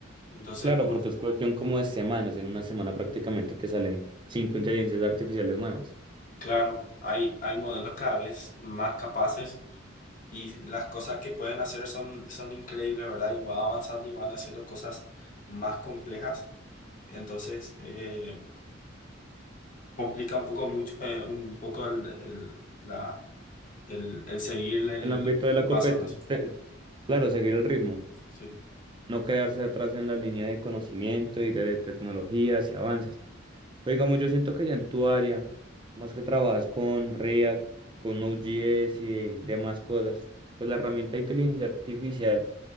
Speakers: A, on the left; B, on the right.
A: Entonces,
B: Claro,
A: un-
B: porque es cuestión como de semanas, en una semana prácticamente te salen cinco inteligencias artificiales nuevas.
A: claro, hay, hay modelos cada vez más capaces y las cosas que pueden hacer son, son increíbles, ¿verdad? Y va avanzando y van haciendo cosas más complejas. Entonces, eh, complica un poco mucho eh, un poco el, el- la, el, el seguir el,
B: el ámbito de la
A: el pasabras.
B: competencia, claro, seguir el ritmo,
A: Sí.
B: no quedarse atrás en la línea de conocimiento y de tecnologías y avances. Pero digamos, yo siento que ya en tu área, más que trabajas con React, con Node.js y demás cosas, pues la herramienta de inteligencia artificial,